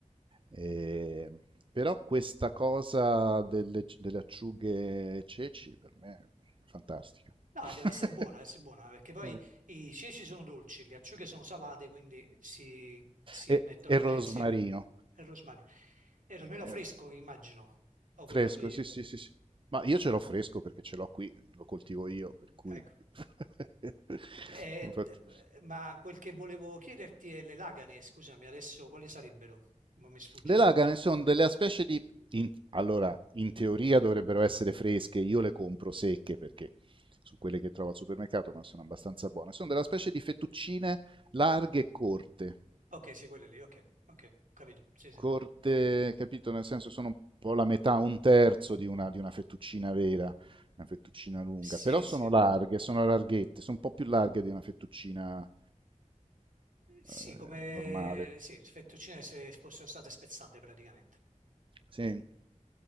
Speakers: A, on the right; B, on the right.
A: Eh, però questa cosa delle, delle acciughe e ceci per me è fantastica.
B: No,
A: <laughs>
B: deve essere buona, deve essere buona, perché poi
A: No,
B: i ceci sono dolci, le acciughe sono salate, quindi si, si
A: e,
B: mettono
A: e rosmarino.
B: bene insieme. E il rosmarino. E il rosmarino
A: Eh,
B: fresco, che immagino, o
A: Fresco,
B: quello lì,
A: sì, sì, sì, sì. Ma io ce l'ho fresco perché ce l'ho qui, lo coltivo io, per cui...
B: ecco.
A: <laughs>
B: Eh,
A: Lo faccio.
B: eh, ma quel che volevo chiederti è le lagane, scusami, adesso quali sarebbero? Ma mi sfugge.
A: Le lagane sono delle specie di... in- allora, in teoria dovrebbero essere fresche, io le compro secche perché sono quelle che trovo al supermercato, ma sono abbastanza buone. Sono della specie di fettuccine larghe e corte.
B: Ok, sì, quelle lì, ok, ok, ho capito, sì, sì.
A: corte, capito? Nel senso sono un po' la metà, un terzo di una, di una fettuccina vera, una fettuccina lunga,
B: Sì,
A: però sono
B: sì,
A: larghe, sono larghette, sono un po' più larghe di una fettuccina
B: sì,
A: eh,
B: come
A: normale.
B: sì, fettuccine se fossero state spezzate praticamente.
A: Sì.